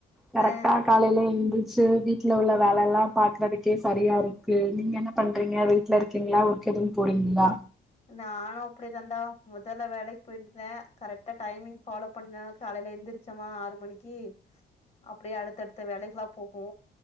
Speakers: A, in the centre; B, on the left.
A: கரக்ட்டா
B: அஹ்
A: காலைய்ல எந்துர்ச்சு வீட் ட்ல உள்ள வேலல்லா பாக்குறதுக்கே சரியா இருக்கு நீங்க என்ன பண்றீங்க வீட்ல இருக்கீங்ளா ஒர்க் எது போறீங்ளா
B: நானு அப்டி தண்டா முதல்ல வேலைக் போய்ருந்தே கரக்ட்டா டைமிங் ஃபாலோ பண்ண காலைய்ல எந்திரிச்சமா ஆறு மணிக்கி அப்டியே அடுத்தடுத்த வேலைகுலா போபோ